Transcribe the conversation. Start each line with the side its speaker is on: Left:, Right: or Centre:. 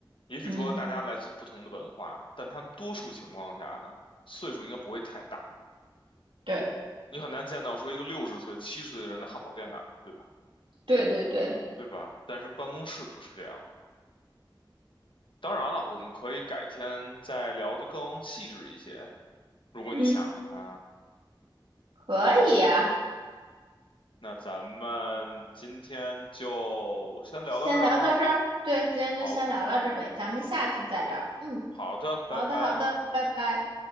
Left: 也许说大家来自不同的文化，
Right: 嗯，
Left: 但他们多数情况下呢，岁数应该不会太大。
Right: 对，
Left: 你很难见到说一个六十岁、七十岁的人在汉堡店打工，对吗？
Right: 对对对，
Left: 对吧？但是办公室不是这样的。当然了，我们可以改天再聊得更细致一些，如果你想的话。
Right: 嗯，可以呀，
Left: 那咱们今天就先聊到这儿哦。
Right: 先聊到这儿，对，今天就先聊到这儿呗，
Left: 好
Right: 咱们下次再聊，嗯，
Left: 好的，拜拜。
Right: 好的好的，拜拜。